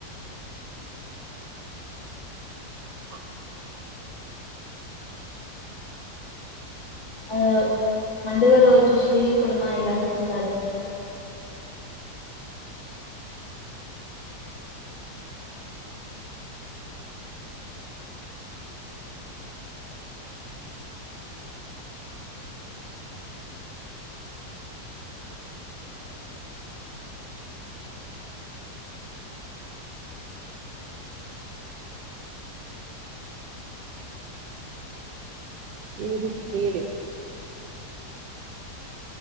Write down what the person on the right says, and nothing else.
చ
ఏది సిరి